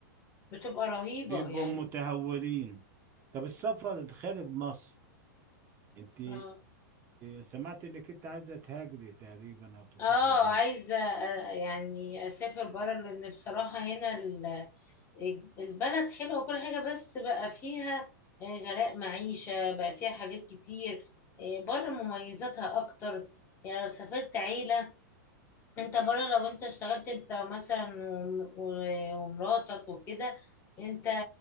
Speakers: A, on the left; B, on the right.
A: بتبقى رهيبة
B: بيبقوا
A: يعني
B: متهورين طب السفر خارج مصر انت
A: اه
B: سمعت انك انت عايزه تهاجري تقريبا او تسافري
A: اه
B: بره
A: عايزة آه، يعني اسافر بره لان بصراحة هنا ال- البلد حلوة وكل حاجة بس بقى فيها آه، غلاء معيشة بقى فيها حاجات كتير آه، بره مميزاتها اكتر يعني لو سافرت عيلة انت بره لو انت اشتغلت انت مثلا وم- و- ومراتك وكده انت